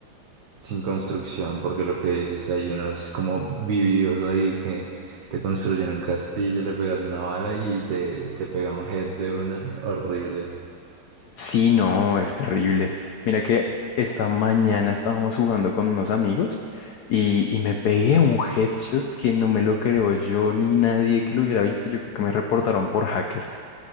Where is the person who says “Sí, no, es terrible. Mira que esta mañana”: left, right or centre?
Left